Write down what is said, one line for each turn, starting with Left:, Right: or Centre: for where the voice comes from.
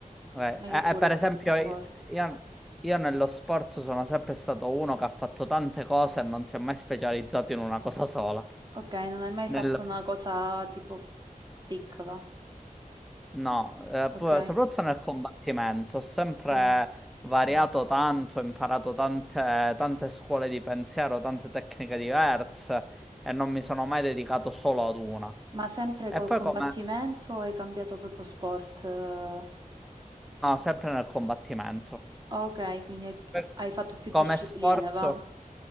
Centre: Eh,
Right: Ah,
Centre: e-
Right: io pure
Centre: e per
Right: ho fatto
Centre: esempio
Right: sport.
Centre: io, io- io nello sport sono sempre stato uno che ha fatto tante cose e non si è mai specializzato in una cosa sola.
Right: Ok, non hai mai fatto
Centre: Nel-
Right: una cosa tipo f- stick, va?
Centre: No, eh,
Right: Ok.
Centre: pu- soprattutto nel combattimento, ho sempre
Right: Mm.
Centre: variato tanto, ho imparato tante, tante scuole di pensiero, tante tecniche diverse e non mi sono mai dedicato solo ad una.
Right: Ma sempre
Centre: E
Right: col
Centre: poi
Right: combattimento
Centre: come...
Right: o hai cambiato proprio sport? eh?
Centre: No, sempre nel combattimento.
Right: Ok, quindi hai
Centre: Per-
Right: hai fatto più
Centre: Come
Right: discipline,
Centre: sport?
Right: va?